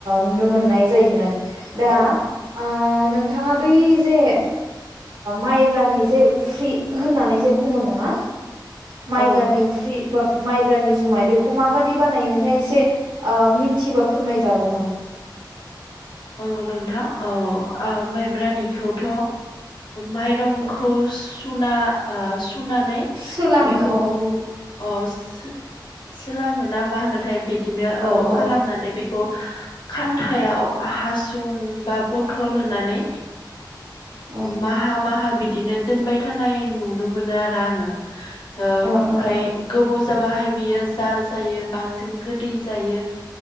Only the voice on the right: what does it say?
नुनो मोननाय जायोमोन आरो दा
आ नोंथाङा बै जे माइब्रानि जे उफ्रि होननानै जे बुङो नङा माइब्रा
नि अफ्रि बा माइब्रानि जुमाय बेखौ माबादि बानायो नोंथाङा एसे मिथिबा फोरमायजागौमोन
औ
सोलामो
औ
औ औ
ओ
ओ ओ